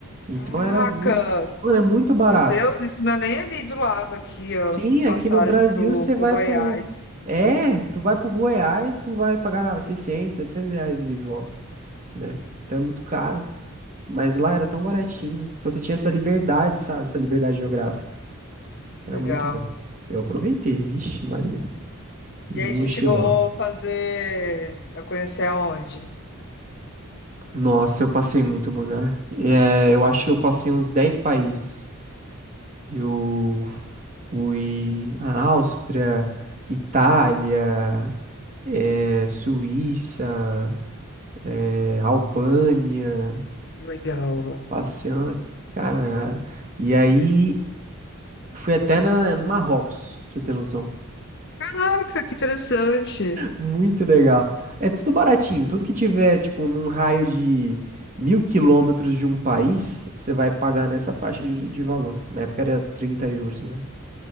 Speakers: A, on the right; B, on the left.
A: Então
B: Caraca!
A: era muito. Mano, é muito barato.
B: Meu Deus, isso não é nem ali do lado aqui,
A: Sim,
B: ó. Passagem
A: aqui no Brasil
B: pro,
A: você
B: pro
A: vai
B: Goiás.
A: pro. É, tu vai pro Goiás, tu vai pagar 600, 700 reais ida e volta, né? Então é muito caro. Mas lá era tão baratinho. Então você tinha essa liberdade, sabe? Essa liberdade geográfica.
B: Que
A: Era
B: legal.
A: muito bom. Eu aproveitei, vixe, Maria. Fiz
B: E aí
A: um mochilão.
B: você chegou a fazer, a conhecer aonde?
A: Nossa, eu passei muito lugar. É, eu acho que eu passei uns dez países. Eu fui à Áustria, Itália, é, Suíça, é, Albânia,
B: Que legal.
A: passei uma caralhada. E aí fui até na, no Marrocos, pra você ter noção.
B: Caraca, que interessante.
A: Muito legal. É tudo baratinho. Tudo que tiver, tipo, num raio de mil quilômetros de um país, você vai pagar nessa faixa de, de valor. Na época era 30 euros, né?